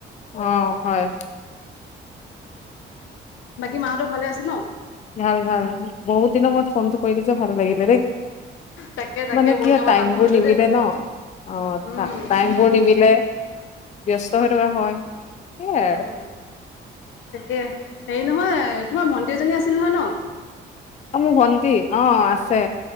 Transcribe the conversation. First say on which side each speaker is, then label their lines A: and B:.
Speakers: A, on the left; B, on the left.
A: অ'! হয়।
B: বাকী, মাহঁতৰ ভালে আছে ন'?
A: ভাল-ভাল, বহুত দিনৰ মূৰত ফোনটো কৰিলোঁ যে, ভাল লাগিলে দেই!
B: তাকে তাকে
A: মানে
B: বহুত
A: কি হয়,
B: দিনৰ মূৰত
A: টাইমবোৰ
B: মাতটো শুনিলো
A: নিমিলে
B: দেই তোৰ
A: ন'। অ'!
B: উম
A: টাইমবোৰ নিমিলে। ব্যস্ত হৈ থকা হয়, সেইয়াই
B: উম
A: আৰু।
B: তাকে, সেৰি নহয়, তোমাৰ ভণ্টি এজনী আছিল নহয়, ন'?
A: মোৰ ভণ্টি, অ'! আছে।